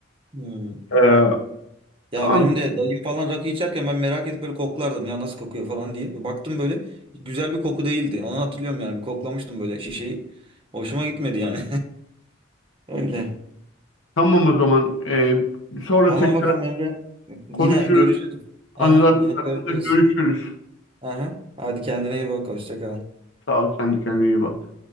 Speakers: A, on the right (about 25°); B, on the left (about 65°).
A: Hı.
B: Ee,
A: Ya
B: tamam.
A: benim de dayım falan rakı içerken ben merak edip böyle koklardım ya nasıl kokuyor falan diye. Bir baktım böyle güzel bir koku değildi. Onu hatırlıyorum yani bir koklamıştım böyle şişeyi. Hoşuma gitmedi yani. <laughs> Öyle.
B: Tamam o zaman. Ee, sonra
A: Tamam
B: tekrar
A: bakalım Emre. Yine
B: konuşuruz.
A: görüşürüz. Aha,
B: Anılarımız
A: yine görüşürüz.
B: hakkında görüşürüz.
A: Aha. Hadi kendine iyi bak. Hoşça kal.
B: Sağ ol, sen de kendine iyi bak.